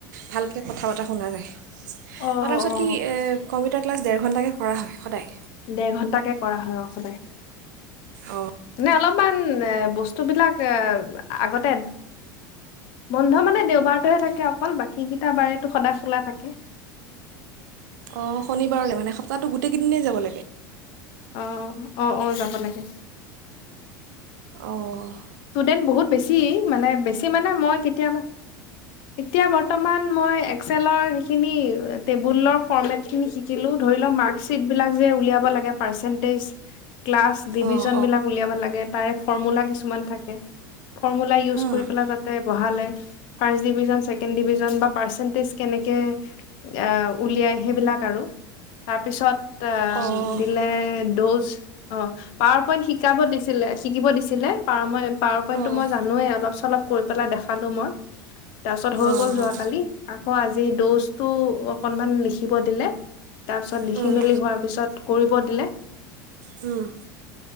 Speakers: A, on the right; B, on the left.
A: ভালকে কথা বতৰা শুনা যাই,
B: অ
A: তাৰ পাছত
B: অ
A: কি কম্পিউটাৰ ক্লাছ ডেৰশ এঘণ্টাকৈ কৰা হয় সদায়।
B: দেৰ ঘন্টাকে কৰা হয় অ সদায়
A: অঁ
B: মানে অলপ কিছমান এ বস্তু বিলাক এ আগতে বন্ধ মানে দেওবাৰটোহে থাকে অকল, বাকী কেইটা বাৰটো সদায় খোলা থাকে।
A: অ শনিবাৰলৈ মানে সপ্তাহটো গোটেই কেইদিনেই যাব লাগে।
B: অহ অ', অ', যাব লাগে।
A: অ',
B: ষ্টুডেণ্ট বহুত বেছি মানে, বেছি মানে মই কেতিয়াবা। এতিয়া বৰ্তমান মই এক্সেলৰ সেইখিনি টেবুলৰ ফৰ্মেট খিনি শিকিলোঁ। ধৰি ল মাৰ্কশ্বিট বিলাক যে উলিয়াব লগে, পাৰ্চেন্টেজ। ক্লাছ ডিভিজন
A: অঁ
B: বিলাক উলিয়াব লাগে তাৰে ফৰ্মুলা। কিছুমান থাকে কে ফৰ্মুলা ইউজ
A: অঁ
B: কৰি পেলাই তাতে বঢ়ালে ফাৰ্ৰ ডিভিজন ছেকেণ্ড ডিভিজন বা পাৰ্চেন্টিচ কেনেকে আ উলিয়াই সেইবিলাক আৰু তাৰপিছত
A: অ', অ',
B: দিলে ড'জ অ পাৱাৰ পইণ্ট শিকাব দিছিলে শিকিব দিছিলে পাৱাৰ ম‌ই পাৱাৰ
A: অ',
B: পইন্টটো মই জানোৱেই অলপ চলপ কৰি পেলাই দেখালো মই তাৰ পিছত
A: অ',
B: হৈ গ'ল যোৱাকালি আকৌ আজি দ'জটো অকনমান লিখিব দিলে তাৰ পিছত লিখি
A: উম,
B: মেলি হোৱাৰ পিছত কৰিব দিলে।
A: উম,